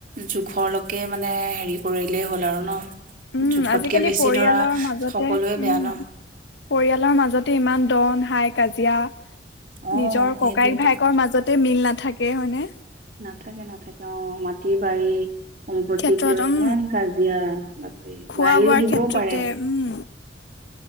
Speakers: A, on the right; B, on the left.
A: জোখৰলৈকে মানে হেৰি কৰিলে হ'ল আৰু ন?
B: উম
A: জোখতকে
B: আজিকালি
A: বেছি
B: পৰিয়ালৰ
A: ধৰা
B: মাজতে
A: সকলোৱে বেয়া
B: উম
A: ন
B: পৰিয়ালৰ মাজতে ইমান দন হাই কাজিয়া
A: অ
B: নিজৰ
A: সেইটোয়েটো।
B: ককায়েক ভায়েকৰ মাজতে মিল নাথাকে হয়নে?
A: নাথাকে -নাথাকে। অ' মাটি বাৰী সম্পত্তিক
B: ক্ষেত্ৰত
A: লৈ
B: উম
A: ইমান কাজিয়া বাপৰে
B: খোৱা
A: মাৰিও
B: বোৱাৰ
A: দিবও
B: ক্ষেত্ৰতে।
A: পাৰে
B: উম